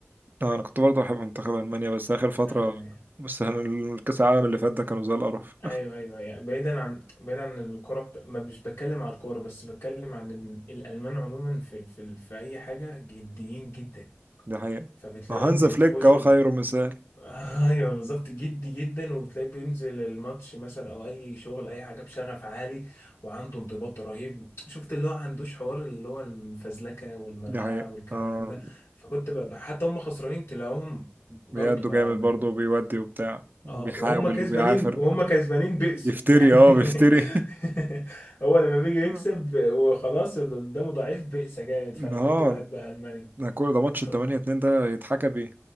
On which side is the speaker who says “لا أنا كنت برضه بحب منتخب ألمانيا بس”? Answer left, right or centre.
Right